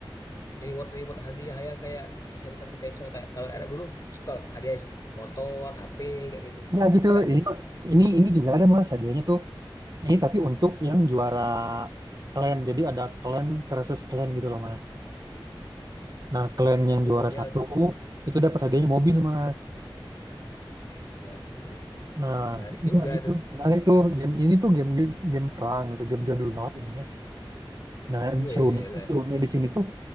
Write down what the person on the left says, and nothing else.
reward-reward hadiah yang kayak bisa dipakai kayak misalnya kayak kalau Arab dulu suka hadiah motor, HP kayak gitu.
Ada nggak itu
di situ?
Oh,
dia
waduh,
menarik
juga
tuh.
Iya,
iya, iya.